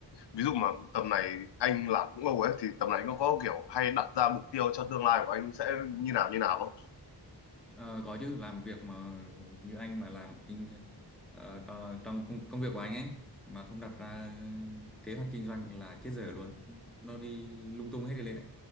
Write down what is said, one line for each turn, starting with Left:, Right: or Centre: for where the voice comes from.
Left: ví dụ mà tầm này anh làm cũng lâu ấy thì tầm này anh có có kiểu hay đặt ra mục tiêu cho tương lai của anh sẽ như nào như nào không
Centre: Ờ, có chứ làm việc mà như anh mà làm kinh ờ, tro- trong công, công việc của anh ấy mà không đặt ra kế hoạch kinh doanh là chết dở luôn nó đi lung tung hết đi lên này